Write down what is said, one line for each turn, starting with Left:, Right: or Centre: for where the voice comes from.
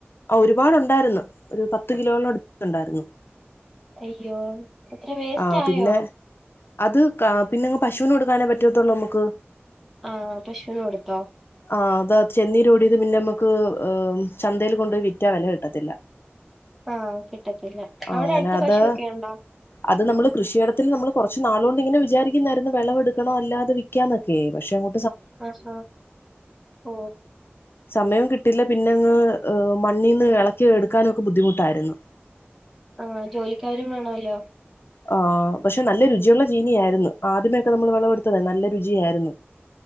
Left: ഒരുപാടുണ്ടാര്‌ന്നു ഒരു പത്ത് കിലോളട്ത്ത്ണ്ടായ്ര്‌ന്നു
Centre: അയ്യോ അത്ര വേസ്റ്റ്
Left: ആ
Centre: ആയോ?
Left: പിന്നെ അത് കാ പിന്നെങ്ങ് പശുനോടുക്കാനേ പറ്റത്തുള്ളൂ മുക്ക്
Centre: ആഹ് പശുനോടുത്തോ
Left: ആ അത് ചെന്നീരോടിയത് പിന്നെമ്മക്ക് ചന്തേല് കൊണ്ടോയി വിറ്റാ വെല കിട്ടത്തില്ല
Centre: ആഹ് കിട്ടത്തില്ല
Left: ആ
Centre: അവിടെ
Left: അങ്ങനെ
Centre: എട്ത്ത്
Left: അത്
Centre: പശുഒക്കെഴുണ്ടോ
Left: അത് നമ്മള് കൃഷിയിടത്തില് നമ്മള് കൊറച്ച് നാളുകൊണ്ട് ങ്ങനെ വിചാരിക്കുന്നായിരുന്നു വെളവെടുക്കണോ അല്ലാതെ വിക്കാന്നൊക്കെ പക്ഷെ അങ്ങ്
Centre: <unintelligible> ഓ
Left: സമയം കിട്ടില്ല പിന്നെ അങ്ങ് ഹ് മണ്ണീന്ന് എളക്കി എടുക്കാനൊക്കെ ബുദ്ധിമുട്ടായിരുന്നു
Centre: ആഹ് ജോലിക്കാരും വേണവല്ലോ
Left: ആഹ് പക്ഷെ നല്ല രുചിയുള്ള ചീനിയാര്‌ന്നു ആദ്യത്തെക്കെ നമ്മള് വെളെവെടുത്തത നല്ല രുചിയായിരുന്നു